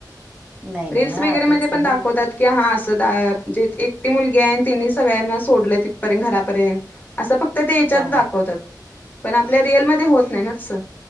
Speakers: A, on the right (about 20°); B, on the left (about 25°).
A: आहे. नाही नाही
B: रिलस
A: हा
B: वगैरे मध्ये
A: तेच
B: पण
A: की म्हण
B: दाखवतात. हा असं द जे एकटी मुलगी आहे तिने सगळ्यांना सोडलं तिथपर्यंत घरापर्यंत. असं फक्त ते याच्यात
A: हा
B: दाखवतात, पण आपल्या रिअलमध्ये होत नाही ना तसं.